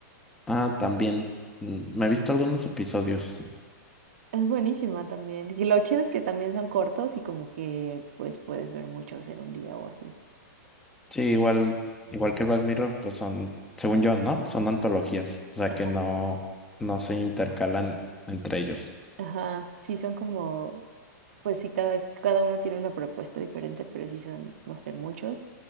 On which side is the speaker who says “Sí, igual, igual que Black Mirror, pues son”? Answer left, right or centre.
Centre